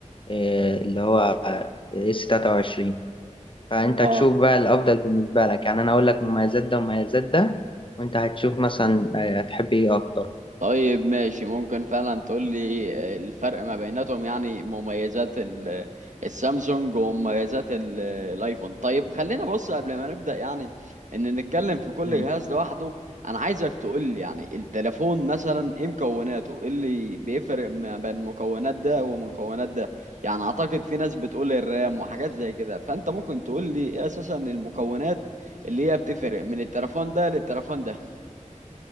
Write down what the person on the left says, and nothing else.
إيه، اللي هو اس 23 فانت تشوف
بقى الافضل بالنسبه لك يعني انا اقول لك مميزات ده ومميزات ده وانت هتشوف مثلا آه، هتحب ايه اكتر
مم.